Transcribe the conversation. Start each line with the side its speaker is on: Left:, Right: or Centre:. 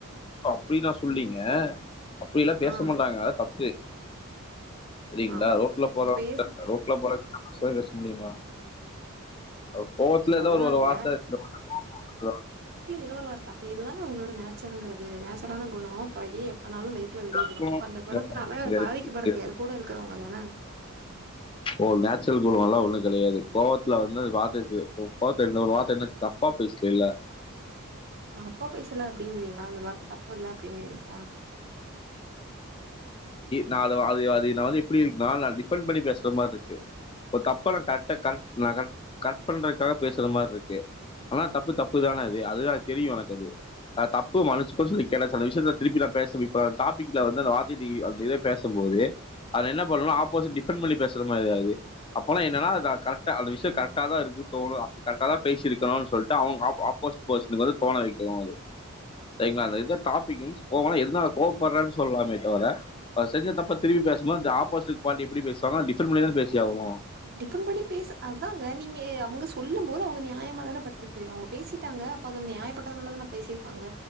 Left: அப்டி நா சொல்லீங்க அப்டியெல்லா
Right: ஆ,
Left: பேச மாட்டாங்க அது தப்பு செரிங்ளா
Right: ஆ
Left: ரோட்ல போறொ
Right: அப்ப பேசு
Left: ரோட்ல போற <unintelligible> முடியுமா அ கோவத்ல எதொ
Right: அதுதாங்க
Left: ஒரு ஒரு வார்த்த <unintelligible>
Right: தோ ஒரு வார்த்த அப்ப இதுதான ஒங்ளோட நேச்சருங்கிறது நேச்சரான குணோ <unintelligible> எப்பனாலு லைஃப்ல விடியதுதா
Left: தான்.
Right: ப அந்த கொணத்துனால
Left: இங்க இருக்கு, இங்க
Right: பாதிக்கப்பட்றது
Left: இருக்கு,
Right: யாரு கூட இருக்குறவுங்க தான
Left: ஓ நேச்சுரல் குணொ எல்லா ஒண்ணு கெடையாது கோவத்துல வந்து வார்த்த <unintelligible> வார்த்த என்ன தப்பா பேசலல்ல
Right: தப்பா பேச சல அப்டிங்கிறீங்ளா அந்த வார்த்த தப்புல்ல அப்பிடிங்கிறீங்ளா
Left: நான் அது அது நான் வந்து எப்படி இருக்குனாலும் நான் டிபெண்ட் பண்ணி பேசுற மாதிரி இருக்கு ஒரு தப்ப நான் கரெகா கரெக் நான் கர கரெக்ட் பண்றதுக்காக பேசுற மாதிரி இருக்கு ஆனா தப்பு தப்பு தானே அது அதுன அது தெரியும் எனக்கு அது தப்பு மனுசுக்கும் சொல்ல கடா செல விஷயல திருப்பில்ல பேச இப்பந்தபிக்ல வந்து அந்த வார்த்தை பேசும்போது அத என்ன பண்ணும் ஆப்போசிட் டிஃபண்ட் பண்ணி பேசுற மாதிரிாது அப்போல்லாம்னன்னா கரெகா அந்த விஷய கரெக்ட தான் இருக்குணும் கரக்டா தான் பேசிருக்கணும்னு சொல்லிட்டு அவங்க ஆப் ஆப்போசிட் பர்சனுக்கு வந்து தோண வைக்கனு அது செரிங்களா இத டாபிக் வந்து எதனால கோவப்படுறன்னு சொல்லலாமே தவிர அவ செஞ்ச தப்ப திருப்பி பேசும்போது அ ஆப்போசிட் பாரி எப்படி பேசுவாங்க டிஃபேன்ட் பண்ணி தான் பேசியாகனும்
Right: டிஃபன் பண்ணி பேச அதாங்க நீங்க அவங்க சொல்லும் போது அவங்க நியாயமா தானே பட்டிருக் அவங்க பேசிட்டாங்க அப்ப அத நியாயப்பட்டதுனால தான் நான் பேசியிருக்காங்க